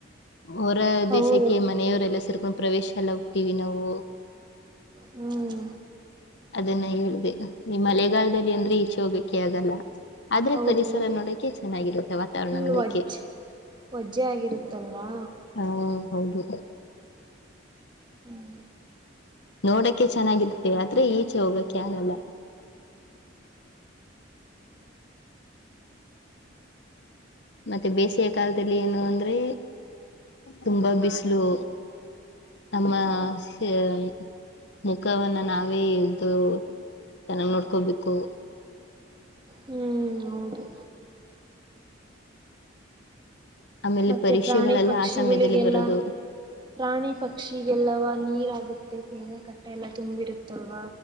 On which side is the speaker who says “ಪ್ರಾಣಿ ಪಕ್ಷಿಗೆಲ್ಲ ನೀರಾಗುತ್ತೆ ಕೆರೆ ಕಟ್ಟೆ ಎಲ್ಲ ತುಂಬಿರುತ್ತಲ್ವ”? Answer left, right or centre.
Right